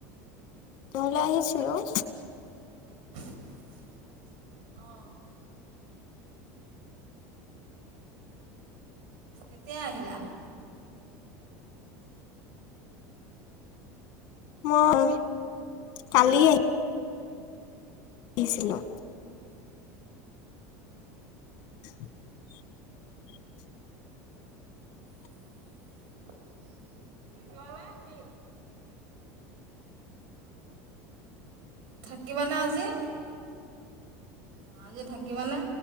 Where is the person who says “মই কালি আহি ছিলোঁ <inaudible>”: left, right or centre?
Left